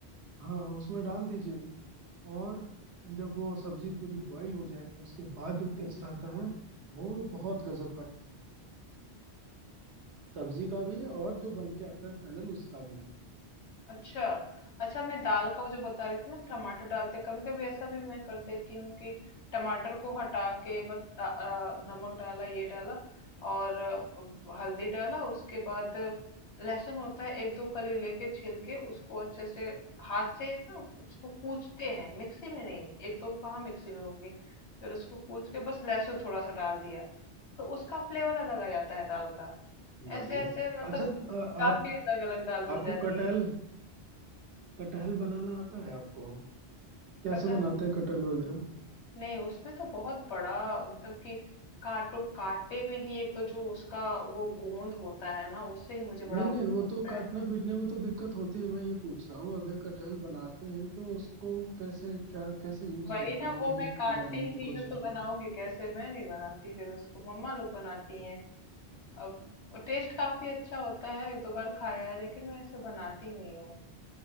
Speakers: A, on the right (about 85°); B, on the left (about 80°).
A: हाँ उसमें डाल दीजिए और जब वो सब्जी पूरी बॉईल हो जाएगी उसके बाद जो टेस्ट आता है वो बहुत गजब का सब्जी का भी और जो बन के आता है फाइनल उसका भी
B: अच्छा अच्छा मैं दाल का वो जो बता रही थी ना टमाटर डालते कभी कभी ऐसा भी मैं कर देती हूँ कि टमाटर को हटा के बस दा- आ, नमक डाला ये डाला और अ, हल्दी डाला उसके बाद लहसुन होता है एक दो कली लेके छील के उसको अच्छे से हाथ से ना उसको कूचते हैं मिक्सी में नहीं एक दो कहाँ मिक्सी में होगी फिर उसको कूच के बस लहसुन थोड़ा सा डाल दिया तो उसका फ्लेवर अलग आ जाता है दाल का
A: बढ़िया
B: ऐसे ऐसे मतलब
A: अच्छा अ,
B: काफी
A: आप
B: अलग अलग दाल बन
A: आपको
B: जाती
A: कटहल
B: है
A: कटहल बनाना आता है आपको कैसे
B: कटहल
A: बनाते हैं कटहल वगैरह
B: नहीं उसमें तो बहुत बड़ा मतलब कि काटो काटे में ही एक तो जो उसका वो गोंद होता है ना उससे ही मुझे बड़ा
A: नहीं
B: वो
A: नहीं वो
B: लगता
A: तो काटना
B: है
A: पीटने में तो दिक्कत होती है मैं ये पूछ रहा हूँ अगर कटहल बनाते हैं तो उसको कैसे क्या कैसे यूज
B: वही
A: करते
B: ना
A: हैं
B: वो
A: मैं
B: मैं
A: ये
B: काटती
A: जानने
B: ही
A: की
B: नहीं
A: कोशिश
B: हूँ तो बनाऊंगी
A: में हूँ
B: कैसे मैं नहीं बनाती फिर उसको मम्मा लोग बनाती हैं अब वो टेस्ट काफी अच्छा होता है एक दो बार खाया है लेकिन मैं ऐसे बनाती नहीं हूँ